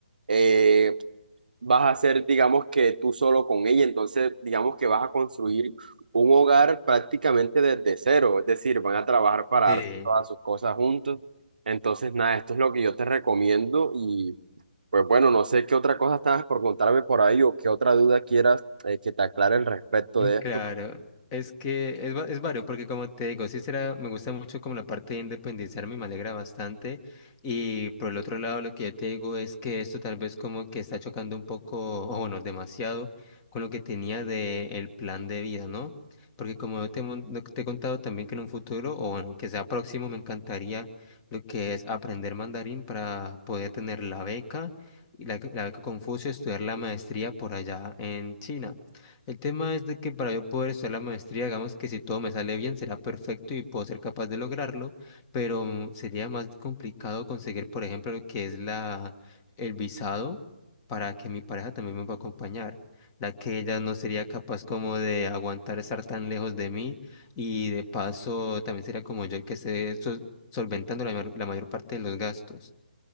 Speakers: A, on the right; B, on the left.
A: eh, vas a ser, digamos que tú solo con ella, entonces digamos que vas a construir un hogar prácticamente desde cero, es decir, van a trabajar para
B: Sí.
A: dar todas sus cosas juntos. Entonces, nada, esto es lo que yo te recomiendo y pues bueno, no sé qué otra cosa estabas por contarme por ahí o qué otra duda quieras eh, que te aclare al respecto
B: Mm,
A: de esto.
B: Claro, es que es, va- es vario, porque como te digo, sí será, me gusta mucho como la parte de independizarme, me alegra bastante, y por el otro lado lo que yo te digo es que esto tal vez como que está chocando un poco, o bueno, demasiado, con lo que tenía de el plan de vida, ¿no? Porque como yo te, mon- lo que te he contado también que en un futuro, o bueno, que sea próximo, me encantaría lo que es aprender mandarín para poder tener la beca, y la, la beca Confucio, estudiar la maestría por allá en China. El tema es de que para yo poder estudiar la maestría, digamos que si todo me sale bien, será perfecto y puedo ser capaz de lograrlo, pero mm, sería más complicado conseguir, por ejemplo, lo que es la, el visado para que mi pareja también me pueda acompañar, la que ella no sería capaz como de aguantar estar tan lejos de mí y de paso también sería como yo el que esté sol- solventando la, mayor- la mayor parte de los gastos.